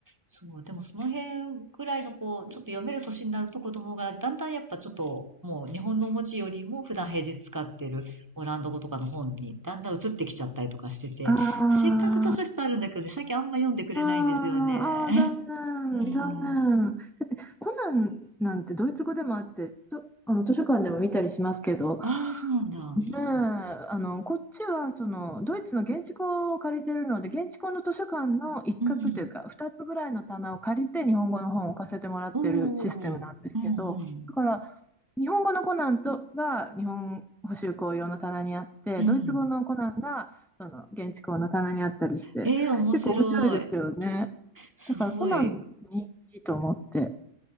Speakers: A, on the right (about 15°); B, in the centre.
A: そう、でもその辺ぐらいのこう、ちょっと読める年になると子供がだんだんやっぱちょっともう日本の文字よりも普段平日使ってるオランダ語とかの本にだんだん移ってきちゃったりとかしてて、
B: あー
A: せっかく図書室あるんだけどね、最近あんま読んでくれないんですよね。
B: あー、あー残
A: うん。
B: 念、残念。コナンなんてドイツ語でもあって、とあの図書館でも見たりしますけど、
A: ああ、そうなんだ。
B: ねえ、あの、こっちは、その、ドイツの現地校を借りてるので、現地校の図書館の一角というか、
A: うん。
B: 2つぐらいの棚を借りて、日本語の本を置かせてもらってるシステムなんですけど、
A: おお。うんうん。
B: だから、日本語のコナンとが日本補習校用の棚にあって、
A: うん。
B: ドイツ語のコナンが、その、現地校の棚にあったりして、
A: ええ、面白い。
B: 結構面白いですよね。
A: すごい。
B: だから、コナンにいいと思って。